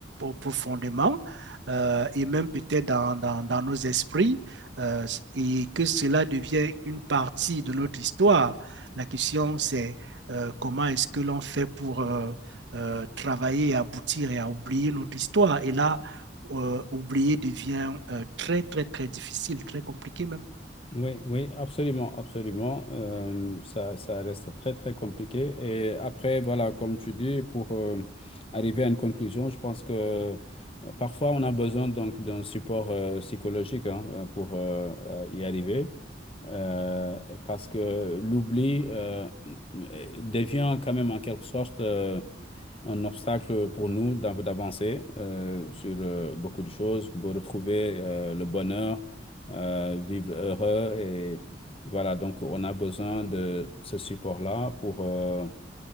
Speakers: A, on the right (about 75°); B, on the left (about 30°).
A: profondément, euh, et même peut-être dans, dans, dans nos esprits, euh, et que cela devient une partie de notre histoire, la question, c'est euh, comment est-ce que l'on fait pour... euh, euh, travailler, aboutir et à oublier notre histoire. Et là, euh, oublier devient euh, très, très, très difficile, très compliqué même.
B: Oui, oui, absolument, absolument. Euh, ça, ça reste très, très compliqué. Et après, voilà, comme tu dis, pour euh, arriver à une conclusion, je pense que euh, parfois on a besoin donc d'un support euh, psychologique hein, euh, pour euh, euh, y arriver. euh, parce que l'oubli euh, devient quand même en quelque sorte euh, un obstacle pour nous d'av- d'avancer euh, sur euh, beaucoup de choses, pour retrouver euh, le bonheur, euh, vivre heureux. Et voilà, donc on a besoin de ce support-là pour euh,